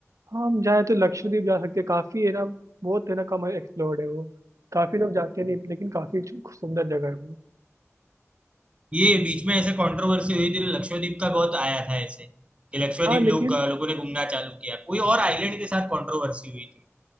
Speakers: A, on the right (about 85°); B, on the right (about 25°).
A: हाँ हम जाए तो लक्षद्वीप जा सकते हैं काफी है ना बहुत है ना कम एक्सप्लोर्ड है वो काफी लोग जाते नहीं लेकिन काफी सुंदर जगह है वो
B: ये बीच में ऐसे कंट्रोवर्सी हुई थी तो लक्षद्वीप का बहुत आया था ऐसे कि लक्षद्वीप
A: हाँ लेकिन
B: लोग लोगों ने घूमना चालू किया कोई और आइलैंड के साथ कंट्रोवर्सी हुई थी